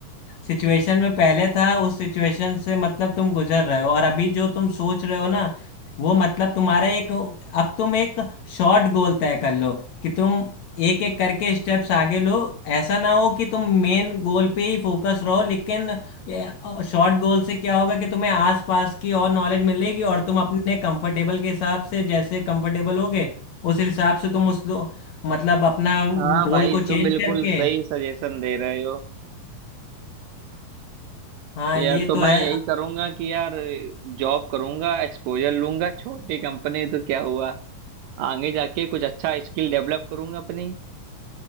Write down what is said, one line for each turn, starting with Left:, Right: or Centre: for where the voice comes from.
Left: सिचुएशन में पहले था उस सिचुएशन से मतलब तुम गुजर रहे हो और अभी जो तुम सोच रहे हो ना वो मतलब तुम्हारा एक अब तुम एक शॉर्ट गोल तय कर लो कि तुम एक एक करके स्टेप्स आगे लो ऐसा ना हो कि तुम मेन गोल पे ही फोकस रहो लेकिन ये शॉर्ट गोल से क्या होगा कि तुम्हें आसपास की और नॉलेज मिलेगी और तुम अपने कंफर्टेबल के हिसाब से जैसे कंफर्टेबल होगे उस हिसाब से तुम उस लो- मतलब अपना
Right: हाँ भाई
Left: गोल को
Right: तुम
Left: चेंज
Right: बिल्कुल
Left: करके
Right: सही सजेशन दे रहे हो
Left: हाँ
Right: या
Left: ये
Right: तो
Left: तो
Right: मैं
Left: है
Right: यही करूंगा कि यार जॉब करूंगा एक्सपोजर लूंगा छोटी कंपनी तो क्या हुआ आगे जाके कुछ अच्छा स्किल डेवलप करूंगा अपनी